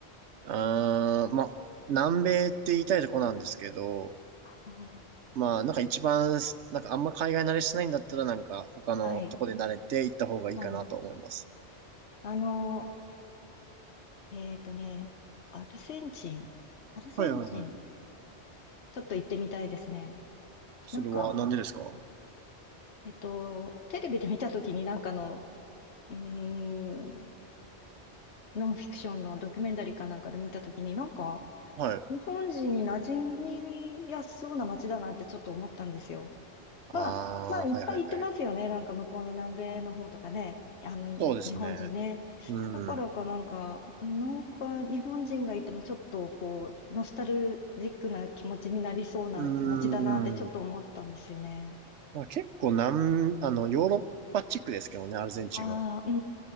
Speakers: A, on the right (about 85°); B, on the left (about 75°).
A: あー、ま、南米って言いたいとこなんですけど、
B: あ
A: まあ、なんか一番す、なんかあんま海外慣れしてないんだったらなんか他のとこで慣れて行った方がいいかなと思います。
B: はい、はい。あの、えっとね、アルゼンチン。アルゼンチン、
A: はいはいはい。
B: ちょっと行ってみたいですね。
A: それはなんでですかは
B: なんか、えっと、テレビで見たときになんかの、うーん、ノンフィクションのドキュメンタリーかなんかで見たときに、なんか、
A: い。
B: 日本人に馴染みやすそうな街だなってちょっと思ったんですよ。
A: ああはいはいはい。
B: まあ、まあ、いっぱい行ってますよね。なんか向こうの南米の方とかね。あの、に日本人ね。
A: そうですね。うん。
B: だからかなんか、なんか日本人がいてもちょっとこう、ノスタルジックな気持ちになりそうな街だなってちょっと思ったんですよね。
A: うん。まあ、結構なん、あの、ヨーロッパ地区ですけどね、アルゼンチンは。
B: ああ、うー